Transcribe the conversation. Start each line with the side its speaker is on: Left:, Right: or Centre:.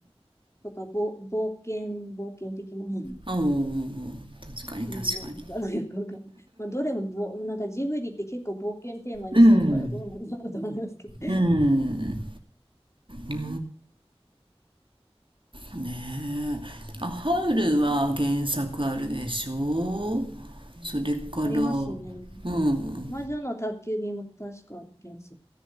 Left: とか、ぼ、冒険、冒険的な。う
Right: あ、おーおーおー確かに確かに。
Left: ん、どうなんだろうよくわかんない。まあ、どれもぼ、なんかジブリって結構冒険テーマにしてるからどうなんだろうと思いますけど。
Right: うん。うん。うん。ねえあハウルは原作あるでしょそれから
Left: ありますね。
Right: うん
Left: 魔女の宅急便も確か原作。